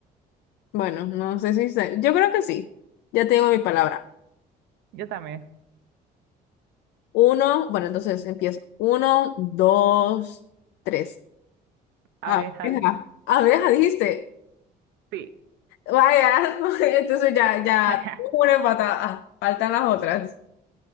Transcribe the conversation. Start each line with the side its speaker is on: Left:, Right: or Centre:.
Left: bueno, no sé si sé. Yo creo que sí. Ya tengo mi palabra.
Right: Yo también.
Left: Uno, bueno, entonces empiezo. Uno, dos, tres.
Right: Abejas.
Left: Abeja. Abeja, dijiste.
Right: Sí.
Left: Vaya, <laughs> entonces ya, ya,
Right: <laughs>
Left: una empatada. Faltan las otras.